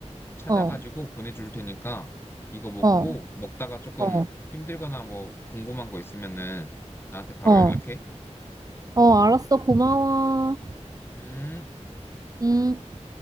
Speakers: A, on the left; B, on the right.
A: 찾아가지고
B: 어,
A: 보내줄 테니까 이거 먹고
B: 어,
A: 먹다가 조금
B: 어,
A: 힘들거나 뭐 궁금한 거 있으면은 나한테 바로
B: 어,
A: 연락해.
B: 어, 알았어, 고마워.
A: 음.
B: 음.